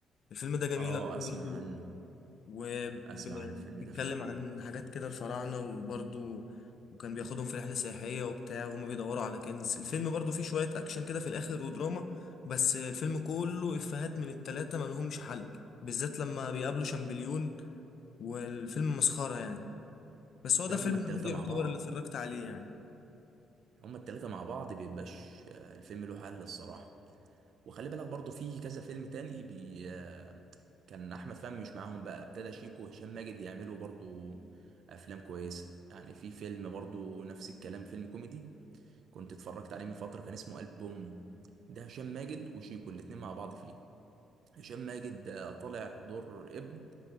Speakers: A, on the left; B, on the right.
A: الفيلم ده جميل
B: اه
A: أوي برضو
B: اسمع عنه
A: وبيتكلم
B: اسمع عن الفيلم ده فعلا
A: عن حاجات كده الفراعنة وبرضو وكان بياخدهم في رحلة سياحية وبتاع وهما بيدوروا على كنز الفيلم برضو فيه شوية أكشن كده في الآخر ودراما بس الفيلم كله إفيهات من التلاتة ملهمش حل بالذات لما بيقابلوا شامبليون والفيلم مسخرة يعني بس هو ده
B: ده هما
A: الفيلم
B: التلاتة
A: الوحيد يعتبر
B: مع بعض
A: اللي اتفرجت عليه يعني
B: هما التلاتة مع بعض بيبقاش آه، الفيلم له حل الصراحة وخلي بالك برضو في كذا فيلم تاني بي آه، كان أحمد فهمي مش معاهم بقى ابتدى شيكو وهشام ماجد يعملوا برضو أفلام كويسة يعني في فيلم برضو نفس الكلام فيلم كوميدي كنت اتفرجت عليه من فترة كان اسمه قلب أمه ده هشام ماجد وشيكو الاتنين مع بعض فيه هشام ماجد آه، طالع دور ابن